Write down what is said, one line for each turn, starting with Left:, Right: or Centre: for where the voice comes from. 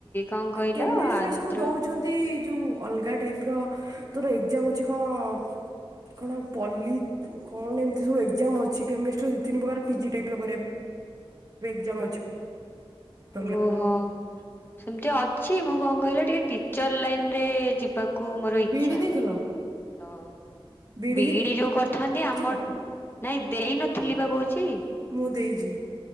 Left: କଣ କହିଲ
Right: କେମିଷ୍ଟ୍ରିର
Left: ଆନ୍ଧ୍ର
Right: ସବୁ ଦଉଛନ୍ତି ଯୋଉ ଅଲଗା ଟାଇପି ର ତୋର ଏକ୍ସାମ୍ ଅଛି କଣ କଣ ପଲ୍ଲୀ। କଣ ଏମିତି ସବୁ ଏକ୍ସଜାମ୍ ଅଛି କେମିଷ୍ଟ୍ରି ଦି ତିନି ପ୍ରକାର ପିଜି ଟାଇପ ର କରିବା। ଏବେ ଏକ୍ସମ୍ ଅଛି। ଅଲଗା
Left: ଓହୋ। ସେମିତି ଅଛି ମୁଁ କଣ କହିଲ ଟିକେ ଟିଚର ଲାଇନ ରେ ଯିବାକୁ ମୋର ଇଚ୍ଛା।
Right: ବିଇଡି ଦେଇଥିଲ?
Left: ତ।
Right: ବିଇଡି
Left: ବି ଇ ଡି ଯୋଉ କରିଥାନ୍ତି
Right: ହେଇଛି
Left: ଆମର
Right: କଣ
Left: ନାଇଁ ଦେଇନଥିଲି ବା କହୁଛି।
Right: ମୁଁ ଦେଇଛି।